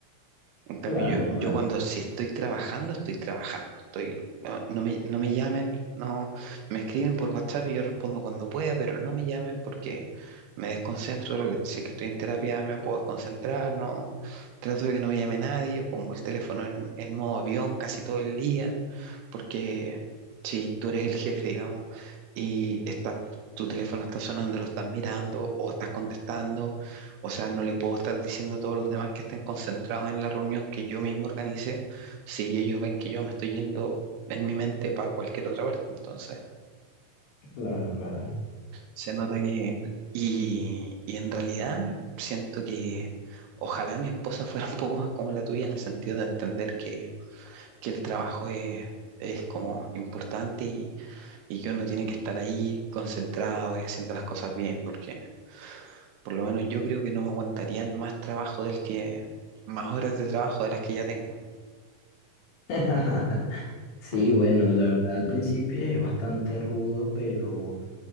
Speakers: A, on the right (about 80°); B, on the left (about 70°).
A: En cambio,
B: Claro,
A: yo,
B: claro,
A: yo cuando si estoy trabajando, estoy trabajando. Estoy, no, no me, no me llamen, no me escriben por WhatsApp y yo respondo cuando pueda, pero no me llamen porque me desconcentro. de lo que- si es que estoy en terapia, me puedo desconcentrar, no trato de que no me llame nadie, pongo el teléfono en, en modo avión casi todo el día, porque si tú eres el jefe, digamos, y está, tu teléfono está sonando, lo estás mirando o estás contestando o sea, no le puedo estar diciendo a todos los demás que estén concentrados en la reunión que yo mismo organicé, si ellos ven que yo me estoy yendo en mi mente para cualquier otra parte. Entonces,
B: claro, claro.
A: se nota que... Y, y en realidad siento que ojalá mi esposa <laughs> fuera un poco más como la tuya en el sentido de entender que, que el trabajo es, es como importante y, y que uno tiene que estar ahí concentrado y haciendo las cosas bien, porque Por lo menos yo creo que no me aguantarían más trabajo del que, más horas de trabajo de las que ya tengo.
B: <laughs> Sí,
A: Eh,
B: bueno, la verdad al principio es bastante rudo, pero